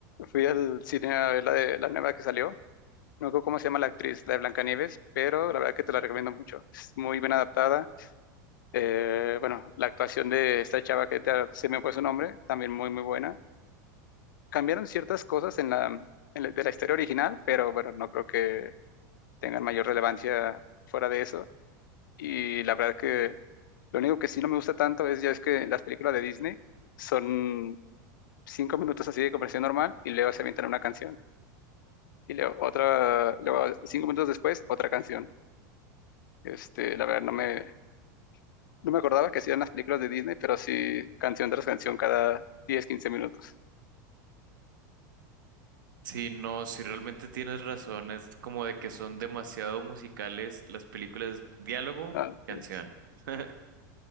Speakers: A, on the left; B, on the right.
A: fui al cine a ver la de la nueva que salió. No recuerdo cómo se llama la actriz, la de Blancanieves, pero la verdad que te la recomiendo mucho. Es muy bien adaptada. Eh, bueno, la actuación de esta chava que te- se me fue su nombre, también muy, muy buena. Cambiaron ciertas cosas en la, en la- de la historia original, pero bueno, no creo que tengan mayor relevancia fuera de eso. Y la verdad que lo único que sí no me gusta tanto es ya es que las películas de Disney son cinco minutos así de conversación normal y luego se avientan una canción. Y luego otra, luego cinco minutos después, otra canción. Este, la verdad no me, no me acordaba que hacían las películas de Disney, pero sí canción tras canción cada 10 15 minutos.
B: Sí, no, si realmente tienes razón, es como de que son demasiado musicales las películas, diálogo,
A: Ah,
B: canción.
A: pues,
B: <laughs>